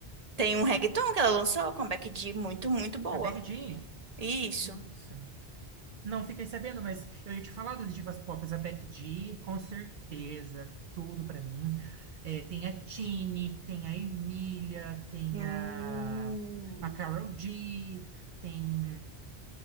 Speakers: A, on the right (about 40°); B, on the right (about 55°).
A: Tem um reggaeton que ela lançou com a Becky G, muito, muito boa.
B: Com a Becky G.
A: Isso.
B: Nossa. Não fiquei sabendo, mas eu ia te falar das divas pop. A Becky G, com certeza, tudo pra mim. É, tem a Tini, tem a Emília, tem
A: Hum.
B: a, a Karol G, tem,